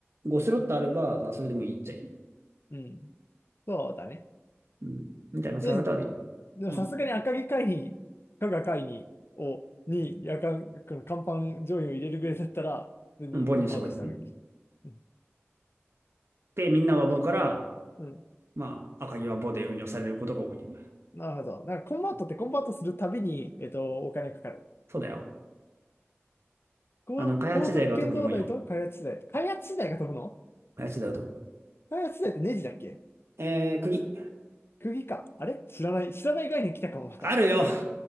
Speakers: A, on the right (about 65°); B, on the left (about 55°).
A: 5スロットあれば、まあそれでもいいっちゃいい。
B: うん。そうだね。
A: うん。みたいな使い方はできる。
B: で、でもさすがに赤城会議、
A: うん。
B: 加賀会議を、に、夜間、この甲板上位を入れるぐらいだったら、普通にコンバートしたべき。
A: うんボンにした方がいいよね。
B: うん。
A: で、みんなが思うから、
B: たうん
A: まあ、赤城はボで運用されることが多いよね。
B: なるほど。なんかコンバートってコンバートするたびに、えっと、お金かかる。
A: そうだよ。
B: 高、
A: あの、開発時代が特に重いよ。
B: 高速建造台と開発資材。開発資材が飛ぶの
A: 開発時代はどう
B: 開発資材ってネジだっけ
A: えー、釘。
B: 釘か。あれ知らない。知らない概念来たかも、また。
A: あるよ。